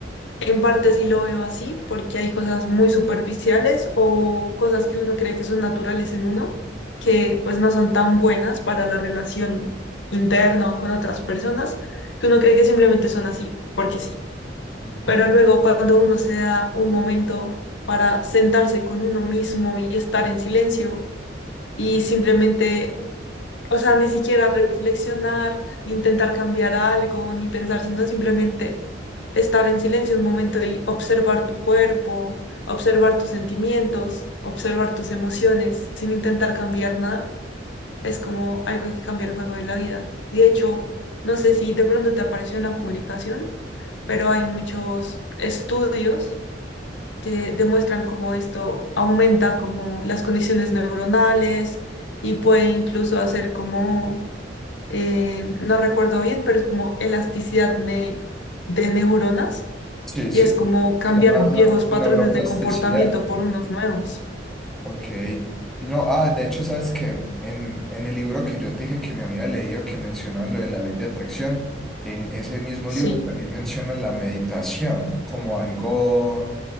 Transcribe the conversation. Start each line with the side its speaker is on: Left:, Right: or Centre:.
Left: en parte sí lo veo así, porque hay cosas muy superficiales o cosas que uno cree que son naturales en uno, que pues no son tan buenas para la relación interna o con otras personas, que uno cree que simplemente son así, porque sí.
Centre: Ujú.
Left: Pero luego cuando uno se da un momento para sentarse con uno mismo y estar en silencio, y simplemente, o sea, ni siquiera reflexionar, ni intentar cambiar algo, ni pensar, sino simplemente estar en silencio un momento y observar tu cuerpo, observar tus sentimientos, observar tus emociones, sin intentar cambiar nada, es como algo que cambia el juego de la vida. De hecho, no sé si de pronto te apareció en la publicación, pero hay muchos estudios que demuestran cómo esto aumenta como las conexiones neuronales y puede incluso hacer como, eh, no recuerdo bien, pero es como elasticidad ne- de neuronas
Centre: Sí,
Left: y
Centre: sí.
Left: es como cambiar
Centre: Se llama
Left: viejos patrones
Centre: neuroplasticidad.
Left: de comportamiento por unos nuevos.
Centre: Ok. Y No, ah, de hecho, ¿sabes qué? En, en el libro que yo te dije que me había leído, que mencionan lo de la ley de atracción, en ese mismo
Left: Sí.
Centre: libro también mencionan la meditación como algo